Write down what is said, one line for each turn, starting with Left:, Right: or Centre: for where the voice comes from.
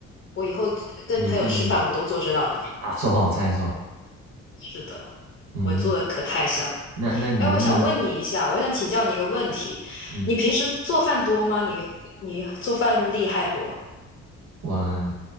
Left: 我以后跟朋友吃饭，
Right: 你弟
Left: 我都做这道了。
Right: 一拿手好菜是吧？
Left: 是的，
Right: 嗯，
Left: 我做的可太像了。
Right: 那那你能不能，
Left: 哎，我想问你一下，我想请教你一个问题：
Right: 嗯，
Left: 你平时做饭多吗？你你做饭厉害不？
Right: 我